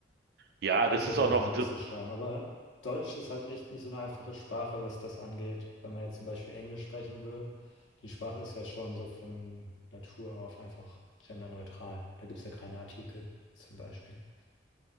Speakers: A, on the right (about 60°); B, on the left (about 80°).
A: Ja,
B: So
A: das
B: versuche
A: ist auch noch,
B: ich möglichst
A: das
B: zu schreiben. Aber Deutsch ist halt echt nicht so eine einfache Sprache, was das angeht. Wenn wir jetzt zum Beispiel Englisch sprechen würden, die Sprache ist ja schon so von Natur auf einfach genderneutral. Da gibt es ja keine Artikel zum Beispiel.